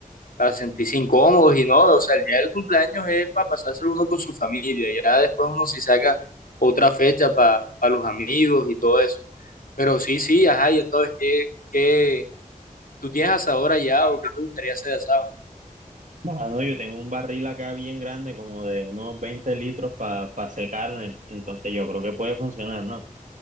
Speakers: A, on the left; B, on the right.
A: a, a sentirse incómodos y no, o sea, el día del cumpleaños es para pasárselo uno con su familia, ya después uno si saca otra fecha para los amigos y todo eso. Pero sí, sí, ajá, y entonces, ¿qué, qué, tú tienes asador allá o qué te gustaría hacer de asado?
B: Mano, yo tengo un barril acá bien grande, como de unos 20 litros para hacer carne, entonces yo creo que puede funcionar, ¿no?